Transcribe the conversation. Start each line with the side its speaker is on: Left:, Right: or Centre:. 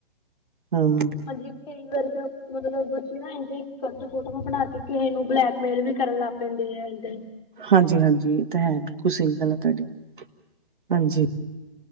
Right: ਹੂੰ
Left: ਹਾਂਜੀ ਕਈ ਵਾਰੀ ਤਾਂ ਮਤਲਬ ਬੱਚੇ ਨਾ ਇਝੇ ਹੀ ਫੋਟੋ ਫੋਟੋਆਂ ਬਣਾ ਕੇ ਕਿਸੇ ਨੂੰ ਬਲੈਕਮੇਲ ਵੀ ਕਰਨ ਲੱਗ ਪ ਪੈਦੇ ਆ ਏਦਾਂ ਹੀ
Right: ਹਾਂਜੀ, ਹਾਂਜੀ ਇਹ ਤਾਂ ਹੈ ਬਿਲਕੁਲ ਸਹੀ ਗੱਲ ਕਰ ਰਹੇ ਹੋ। ਹਾਂਜੀ।